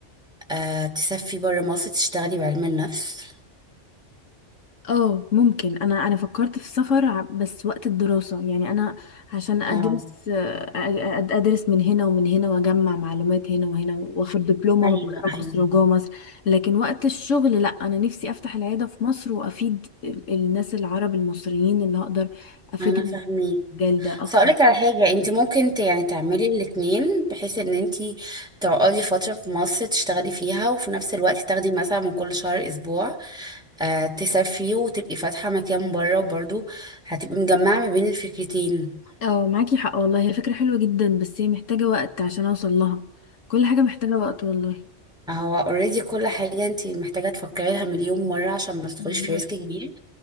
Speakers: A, in the centre; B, on the left.
A: آه تسافري برا مصر تشتغلي بعلم النفس
B: اه ممكن انا انا فكرت في السفر ع- بس وقت الدراسة يعني انا عشان ادرس
A: اه
B: آه، أ- أ- ادرس من هنا ومن هنا واجمع معلومات هنا وهنا واخد دبلومة
A: ايوه
B: من بره
A: ايوه
B: مصر وجوه مصر لكن وقت الشغل لا انا نفسي افتح العيادة في مصر وافيد ال- الناس العرب المصريين اللي هقدر افيدهم
A: انا فاهمك
B: في المجال ده اكتر
A: بس اقولك على حاجه انت ممكن ت- يعني تعملي الاتنين بحيث ان انت تقعدي فتره في مصر تشتغلي فيها وفي نفس الوقت تاخدي مثلا من كل شهر اسبوع آه تسافري وتبقي فاتحه مكان بره وبرضه هتبقي مجمعه ما بين الفكرتين
B: اه معاكي حق والله هي فكرة حلوة جدا بس هي محتاجة وقت عشان اوصل لها كل حاجة محتاجة وقت والله
A: هو اوريدي كل حاجة انت محتاجة تفكري لها مليون مرة عشان ما تدخليش
B: بالظبط
A: في ريسك كبير